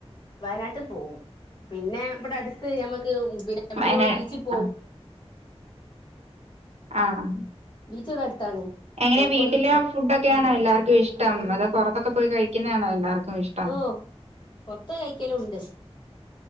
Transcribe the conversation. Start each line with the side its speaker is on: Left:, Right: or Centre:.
Left: വയനാട്ട് പോവും പിന്നെ ഇവടെ അടുത്ത് ഞമ്മക്ക് പിന്നെ
Right: വയനാ
Left: പിന്നെ നമ്മള് ബീച്ചിൽ പോവും
Right: ആഹ് ആഹ്
Left: ബീച്ച് ഇവിടെ അടുത്താണ്
Right: എങ്ങനെ
Left: കോഴിക്കോട്
Right: വീട്ടിലോ
Left: ബീച്ച്
Right: ഫുഡൊ ക്കെയാണോ എല്ലാർക്ക്‌ ഇഷ്ടം അതോ പുറത്തൊക്കെ പോയി കഴിക്കുന്നതാണോ എല്ലാർക്കും ഇഷ്
Left: ഓഹ് പൊറത്ത് പോയി കഴിക്കലും ഉണ്ട്